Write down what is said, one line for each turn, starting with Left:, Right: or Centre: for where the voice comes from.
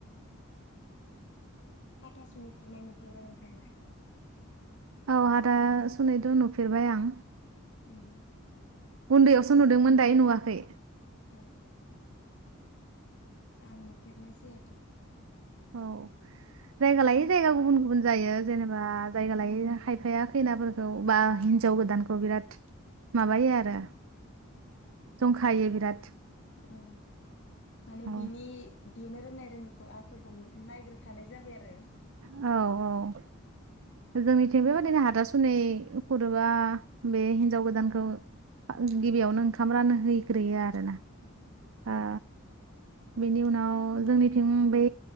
Left: हाथासुनि खुरनाय नुफेरबाय नोंथाङा?
Right: औ हाथासुनिथ' नुफेरबाय आं
Left: उम
Right: उन्दैयावसो नुदोंमोन दायो नुवाखै।
Left: उम आं नुफेरनाय जायाखै।
Right: औ जायगा लायै जायगा गुबुन गुबुन जायो
Left: उम
Right: जेनेबा जायगा लायै खायफाया खैनाबो औ बा हिनजाव गोदानखौ बिराद माबायो आरो जंखायो बिराद।
Left: औ माने
Right: औ
Left: बिनि देनो रोंनाय रोङिखौ आखलखौ नु नायग्रोखानाय जाबाय आरो
Right: औ औ जोंनिथिं बेबादिनो हाथासुनै हुदोबा बे हिनजाव गोदानखौ गिबियावनो ओंखाम रानो हैग्रोयो आरोना
Left: उम
Right: बा बेनि उनाव जोंनिथिं बै